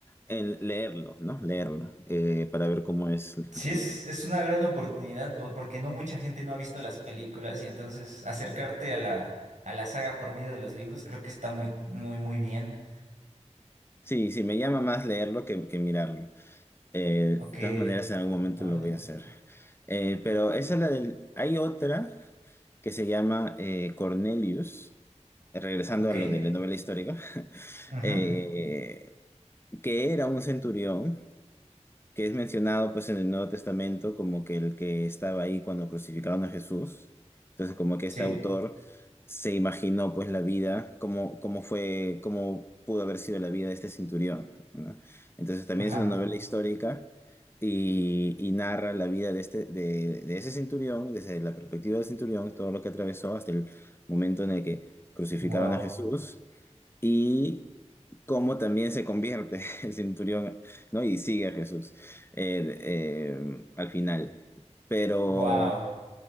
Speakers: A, on the left; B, on the right.
A: en leerlo, ¿no? Leerlo, eh, para ver cómo es.
B: Sí,
A: eh,
B: es, es una gran oportunidad po- porque no mucha gente no ha visto las películas y entonces acercarte a la, a la saga por medio de los libros creo que está muy, muy, muy bien.
A: Sí, sí, me llama más leerlo que, que mirarlo. Eh,
B: Ok,
A: de todas maneras, en algún momento
B: órale.
A: lo voy a hacer. Eh, pero esa es la del... Hay otra que se llama eh, Cornelius, regresando
B: Ok.
A: a lo de la novela histórica, <laughs>
B: ujú,
A: eh, que era un centurión que es mencionado pues en el Nuevo Testamento como que el que estaba ahí cuando crucificaron a Jesús. Entonces como que
B: Sí.
A: este autor se imaginó pues la vida, cómo, cómo fue, cómo pudo haber sido la vida de este centurión, ¿no? Entonces también
B: Ajá.
A: es una novela histórica y, y narra la vida de, este, de, de ese centurión, desde la perspectiva del centurión, todo lo que atravesó hasta el momento en el que crucificaron
B: Wow.
A: a Jesús y cómo también se convierte <laughs> el centurión, ¿no? Y sigue a Jesús eh, eh, al final. Pero
B: Wow.